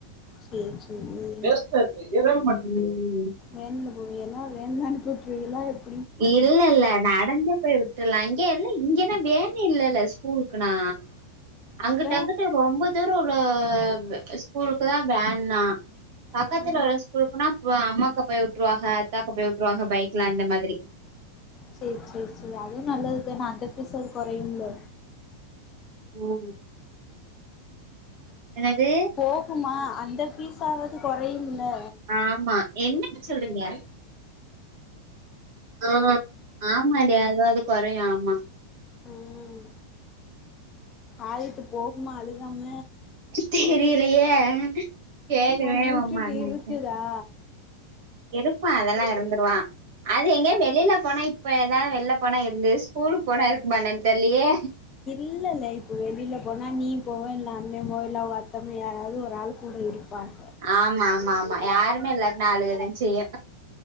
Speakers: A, on the left; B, on the right.
A: சேர் சேரி
B: ம்
A: வேன்ல்ல போவீயெல்லா வேன்ல அனுப்பிவுட்டுருவியல்லா எப்
B: இல்ல இல்ல நடந்து போய் விட்டுருலா இங்க இல்ல இங்கத்தா வேன் இல்லல்ல ஸ்கூலுக்குனா அங்குட்டு
A: அப்ப
B: அங்குட்டு ரொம்ப தூரோ உள்ள ஸ்கூலுக்கு தா வேன்னா பக்கத்துல
A: ஆ
B: ஒரு ஸ்கூலுக்குனா அம்மாக்கு போய் வுட்ருவாக அத்தாக்கு போய் வுட்ருவாக பைக்ல அந்த மாதிரி
A: சேரி சேரி சேரி அதுவு நல்லதுதான அந்த ஃபீஸ் ஆவது கொறையும்ல
B: ம் என்னது
A: போஹுமா அந்த ஃபீஸ் ஆவது கொறையும்ல்ல
B: ஆமா என்னங்க சொல்றீங்க ஆஹ் ஆமான்டி அதுவாவது கொறையு ஆமா
A: ம் ஆல்ட்டு போகுமா அழுகாம
B: தெரியலையே கேளுவே
A: ஒன்னைய விட்டுட்டு
B: உ மருமகிட்ட
A: இருக்குதா
B: இருப்பா அதெல்லா இருந்துருவா அது எங்கேயோ வெளில போனா இப்ப எதா வெள்ல போனா இருந்தது ஸ்கூலுக்கு போனா இருக்குமா என்னானு தெர்லயே
A: இல்லல்ல இப்போ வெளில போனா நீ போவ இல்ல அண்ண போகையில அவுக அத்தம் யாராவது ஒரு ஆள் கூட இருப்பாங்க
B: ஆமா ஆமா ஆமா யாருமே இல்லாட்னா அழுக தா செய்யு